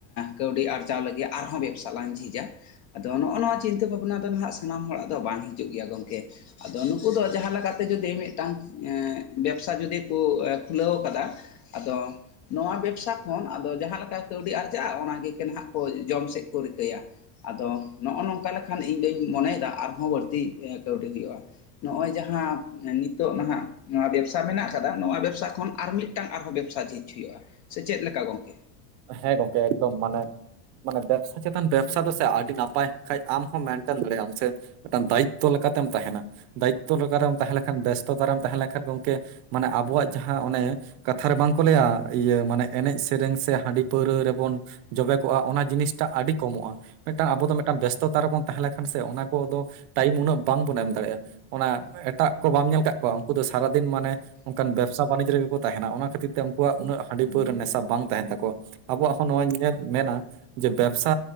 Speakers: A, on the left; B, on the right.
A: ᱠᱟᱹᱣᱰᱤ ᱟᱨᱡᱟᱣ ᱞᱟᱹᱜᱤᱫ ᱟᱨᱦᱚᱸ ᱵᱮᱵᱽᱥᱟ ᱞᱟᱝ ᱡᱷᱤᱡᱼᱟ ᱟᱫᱚ ᱱᱚᱜᱼᱚ ᱱᱚᱣᱟ ᱪᱤᱱᱛᱟᱹ ᱵᱷᱟᱵᱽᱱᱟ ᱫᱚ ᱱᱟᱦᱟᱜᱼᱼ ᱥᱟᱱᱟᱢ ᱦᱚᱲᱟᱜ ᱫᱚ ᱵᱟᱝ ᱦᱤᱡᱩᱜ ᱜᱮᱭᱟ ᱜᱚᱢᱠᱮ᱾ ᱟᱫᱚ ᱱᱩᱠᱩ ᱫᱚ ᱡᱟᱦᱟᱸ ᱞᱮᱠᱟ ᱛᱮ ᱡᱩᱫᱤ ᱢᱤᱫᱴᱟᱱ ᱵᱮᱵᱥᱟ ᱡᱩᱫᱤ ᱠᱚ ᱠᱷᱩᱞᱟᱹᱣ ᱠᱟᱫᱟ᱾ ᱟᱫᱚᱼᱼ ᱱᱚᱣᱟ ᱵᱮᱵᱥᱟ ᱠᱷᱚᱱ ᱟᱫᱚ ᱡᱟᱦᱟᱸ ᱞᱮᱠᱟ ᱠᱟᱹᱣᱰᱤ ᱟᱨᱡᱟᱜᱼᱟ ᱚᱱᱟ ᱜᱮ ᱱᱟᱦᱟᱜ ᱠᱚ ᱡᱚᱢ ᱥᱮᱫ ᱠᱚ ᱨᱤᱠᱟᱹᱭᱟ᱾ ᱟᱫᱚ ᱱᱚᱜᱼᱚ ᱱᱚᱝᱠᱟ ᱞᱮᱠᱷᱟᱱ ᱤᱧ ᱫᱩᱧ ᱢᱚᱱᱮᱭᱮᱫᱟ ᱟᱨᱦᱚᱸ ᱵᱟᱹᱲᱛᱤ ᱠᱟᱹᱣᱰᱤ ᱦᱩᱭᱩᱜᱼᱟ᱾ ᱱᱚᱜᱼᱚᱭ ᱡᱟᱦᱟᱸ ᱱᱤᱛᱚᱜ ᱱᱟᱦᱟᱜᱼᱼ ᱱᱚᱣᱟ ᱵᱮᱵᱽᱥᱟ ᱢᱮᱱᱟᱜ ᱠᱟᱫᱟ ᱱᱚᱣᱟ ᱵᱮᱵᱽᱥᱟ ᱠᱷᱚᱱ ᱟᱨ ᱢᱤᱫᱴᱟᱱ ᱟᱨᱦᱚᱸ ᱵᱮᱵᱽᱥᱟ ᱡᱷᱤᱡ ᱦᱩᱭᱩᱜᱼᱟ ᱥᱮ ᱪᱮᱫ ᱞᱮᱠᱟ ᱜᱚᱝᱠᱮ?
B: ᱦᱮᱸ ᱜᱚᱝᱠᱮ ᱮᱠᱫᱚᱢ ᱢᱟᱱᱮᱼᱼ ᱢᱟᱱᱮ ᱵᱮᱵᱽᱥᱟ ᱪᱮᱛᱟᱱ ᱵᱮᱵᱽᱥᱟ ᱫᱚ ᱥᱮ ᱟᱹᱰᱤ ᱱᱟᱯᱟᱭ ᱠᱷᱟᱡ ᱟᱢ ᱦᱚᱸ ᱢᱮᱱᱴᱮᱱ ᱫᱟᱲᱮᱭᱟᱜ ᱾ᱟᱢ ᱥᱮᱼᱼ ᱢᱤᱫᱴᱟᱝ ᱫᱟᱭᱤᱛᱛᱚ ᱞᱮᱠᱟᱛᱮᱢ ᱛᱟᱦᱮᱸᱱᱟ, ᱫᱟᱭᱤᱛᱛᱚ ᱞᱮᱠᱟ ᱞᱮᱠᱟᱨᱮᱢ ᱛᱟᱦᱮᱸ ᱞᱮᱱᱠᱷᱟᱱ ᱵᱮᱥᱛᱚᱛᱟ ᱨᱮᱢ ᱛᱟᱦᱮᱸ ᱞᱮᱱᱠᱷᱟᱱ ᱜᱚᱢᱠᱮᱼᱼ ᱢᱟᱱᱮ ᱟᱵᱚᱣᱟᱜ ᱡᱟᱦᱟᱸ ᱚᱱᱮ ᱠᱟᱛᱷᱟ ᱨᱮ ᱵᱟᱝᱠᱚ ᱞᱟᱹᱭᱟ ᱤᱭᱟᱹ ᱢᱟᱱᱮ ᱮᱱᱮᱡ ᱥᱮᱨᱮᱧ ᱥᱮᱼᱼ ᱦᱟᱹᱰᱤ ᱯᱟᱹᱣᱨᱟᱹ ᱨᱮᱵᱚᱱ ᱡᱚᱵᱮ ᱠᱚᱜᱼᱟ, ᱚᱱᱟ ᱡᱤᱱᱤᱥᱴᱟ ᱟᱹᱰᱤ ᱠᱚᱢᱚᱜᱼᱟ᱾ ᱢᱤᱫᱴᱟᱝ ᱟᱵᱚ ᱫᱚ ᱢᱤᱫᱴᱟᱱ ᱵᱮᱥᱛᱚᱛᱟ ᱨᱮᱵᱚᱱ ᱛᱟᱦᱮᱸ ᱞᱮᱱᱠᱷᱟᱱ ᱥᱮ ᱚᱱᱟ ᱠᱚᱫᱚ ᱴᱟᱭᱤᱢ ᱩᱱᱟᱹᱜ ᱵᱟᱝᱵᱚᱱ ᱮᱢ ᱫᱟᱲᱮᱭᱟᱜᱼᱟ᱾ ᱚᱱᱟ ᱮᱴᱟᱜ ᱠᱚ ᱵᱟᱢ ᱧᱮᱞ ᱠᱟᱫ ᱠᱚᱣᱟ ᱩᱱᱠᱩ ᱫᱚ ᱥᱟᱨᱟᱫᱤᱱ ᱢᱟᱱᱮᱼᱼ ᱚᱱᱠᱟᱱ ᱵᱮᱵᱽᱥᱟ ᱵᱟᱱᱤᱡᱽ ᱨᱮᱜᱮ ᱠᱚ ᱛᱟᱦᱮᱸᱱᱟ, ᱚᱱᱟ ᱠᱷᱟᱹᱛᱤᱨ ᱛᱮ ᱩᱱᱠᱩᱣᱟᱜ ᱩᱱᱟᱹᱜ ᱦᱟᱹᱰᱤ ᱯᱟᱹᱣᱨᱟᱹ ᱱᱮᱥᱟ ᱵᱟᱝ ᱛᱟᱦᱮᱸᱱ ᱛᱟᱠᱚᱣᱟ᱾ ᱟᱵᱚᱣᱟᱜ ᱦᱚᱸ ᱱᱚᱣᱟ ᱧᱮᱞ ᱢᱮᱱᱟ ᱡᱮ, ᱵᱮᱵᱽᱥᱟᱼᱼ